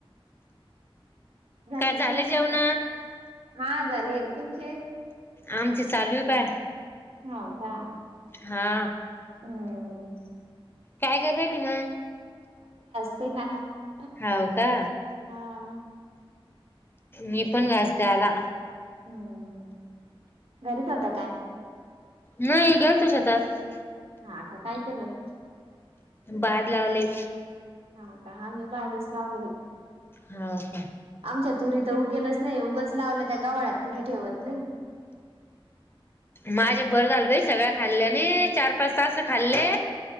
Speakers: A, on the right (about 80°); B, on the left (about 25°).
A: झाले
B: काय
A: जेवन
B: जेवण
A: हा झाले तुमचे
B: आमचे चालूय बाय
A: हका
B: हा
A: हम्
B: काय कराली म
A: स ना <unintelligible>
B: हव का
A: हा
B: मी पण कास द
A: हम्म घरीच होत काय
B: हुं गेल तो शेतात
A: हा आता काय केलं
B: बाद लावले
A: हाता ह मी बागच लावलं
B: होा का
A: आमच्या तुरी तर उगेलच नाही उगच लावल्या त्या गावळ्यात तुरी ठेवत नाही
B: माझे भर झालं भाई सगळ्या खाल्ल्याने चार पाच तास खाल्ले